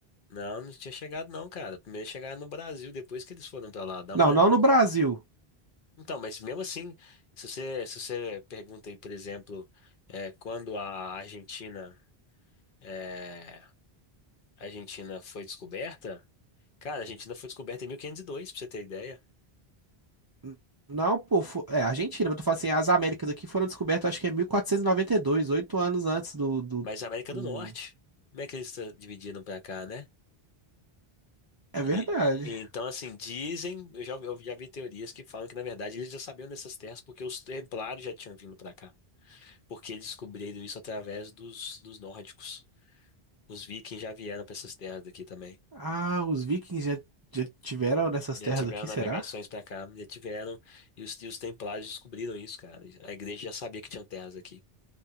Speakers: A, on the left (about 60°); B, on the right (about 35°).
A: Não, não tinha chegado não, cara. Primeiro chegaram no Brasil, depois que eles foram pra lá, dá
B: Não,
A: uma olhada.
B: não no Brasil.
A: cara. Então, mas mesmo assim, se você, se você pergunta aí, por exemplo, é, quando a Argentina, é, a Argentina foi descoberta, Cara, a Argentina foi descoberta em 1502, pra você ter ideia.
B: N- Não, pô, fo- é Argentina, mas eu tô falando assim, as Américas aqui foram descobertas, acho que é mil quatrocentos e noventa e dois oito anos antes do, do,
A: Mas a América
B: do-
A: do Norte, como é que eles tra- dividiram pra cá, né?
B: É verdade.
A: E- e então, assim, dizem, eu já, eu já vi teorias que falam que, na verdade, eles já sabiam dessas terras porque os templários já tinham vindo pra cá. Porque eles descobriram isso através dos, dos nórdicos. Os vikings já vieram pra essas terras daqui também.
B: Ah, os vikings já, já tiveram nessas
A: Já
B: terras
A: tiveram
B: aqui,
A: navegações
B: será?
A: pra cá, já tiveram. E os, e os templários descobriram isso, cara. A igreja já sabia que tinham terras aqui.